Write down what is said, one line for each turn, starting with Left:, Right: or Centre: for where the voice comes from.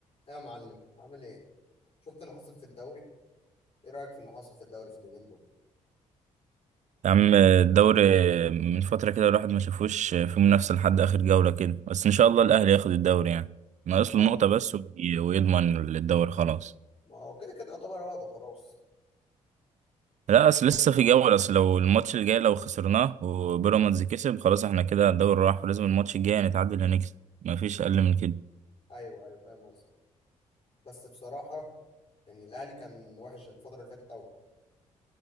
Left: يا معلم عامل ايه؟ شفت اللي حصل في الدوري؟ ايه رأيك في اللي حصل في الدوري في اليومين دول؟
Right: يا عم الدوري من فترة كده الواحد ما شافوش في منافسة لحد آخر جولة كده بس إن شاء الله الأهلي ياخد الدوري يعني ناقص
Left: ما
Right: له
Left: هو
Right: نقطة بس وي- ويضمن الدوري خلاص
Left: ما هو كده كده يعتبر وضعه خلاص
Right: لا أصل لسه في جولة أصل لو الماتش الجاي لو خسرناه وبيراميدز كسب خلاص إحنا كده الدوري راح ولازم الماتش الجاي نتعادل هنكسب مفيش أقل من كده
Left: ايوه ايوه فاهم قصدي بس بصراحة يعني الاهلي كان وحش الفترة اللي فاتت قوي